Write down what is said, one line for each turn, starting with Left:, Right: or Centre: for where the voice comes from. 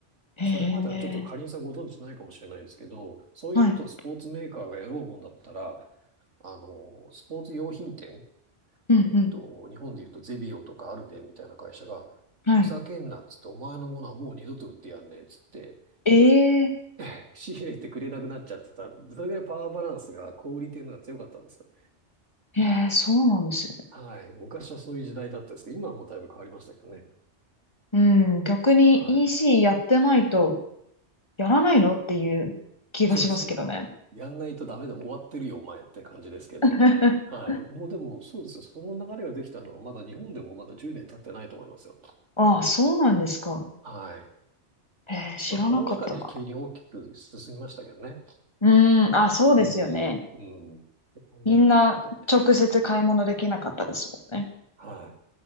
Left: へえ、
Right: それまではちょっとかりんさんご存知ないかもしれないですけど、そういうことをスポーツメーカーがやろうもんだったら、
Left: はい。
Right: あの、スポーツ用品店、
Left: うん、
Right: えっと、
Left: うん。
Right: 日本で言うとゼビオとかアルペンみたいな会社が、
Left: はい。
Right: ふざけんなっつって、お前のものはもう二度と売ってやんねえっつって、
Left: ええ、
Right: <laughs> 仕入れてくれなくなっちゃってた。それぐらいパワーバランスが小売り店の方が強かったんですよ。
Left: ええ、そうなんですね。
Right: はい。昔はそういう時代だったんですけど、今はもうだいぶ変わりましたけどね。
Left: うん、逆に
Right: はい。
Left: EC やってないと、やらないのっていう気がしますけどね。
Right: そうです。もうやんないとダメでもう終わってるよ、お前って感じですけど。
Left: <laughs>
Right: はい。もうでも、そうですよ。その流れができたのは、まだ日本でもまだ10年経ってないと思いますよ。
Left: ああ、そうなんですか。
Right: はい。
Left: へえ、知らなかったな。
Right: まあ、コロナ禍で急に大きく進みましたけどね。
Left: うーん、あ、そうですよね。
Right: うん、うん。でパンデミックがあったんで。
Left: みんな直接買い物できなかったですもんね。
Right: はい。